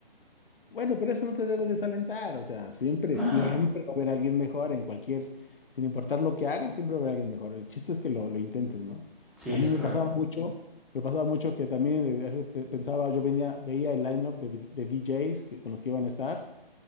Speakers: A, on the left; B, in the centre.
A: Bueno, pero eso no te debe desalentar, o sea, siempre,
B: Nada,
A: siempre va a haber alguien mejor en cualquier, sin importar lo que hagas, siempre va a haber alguien mejor. El chiste es que lo, lo intentes, ¿no?
B: sí,
A: A
B: eso
A: mí me
B: es
A: pasaba
B: verdad.
A: mucho, me pasaba mucho que también eh, pe- pensaba, yo venía, veía el lineup de, vi- de DJs que, con los que iban a estar